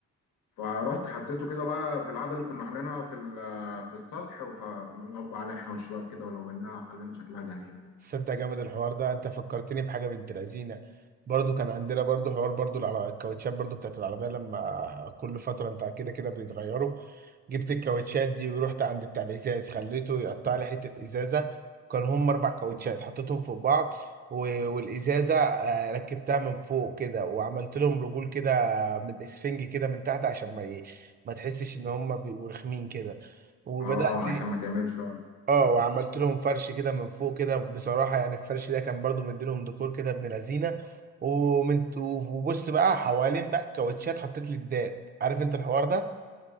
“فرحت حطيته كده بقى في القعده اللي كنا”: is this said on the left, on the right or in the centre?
Left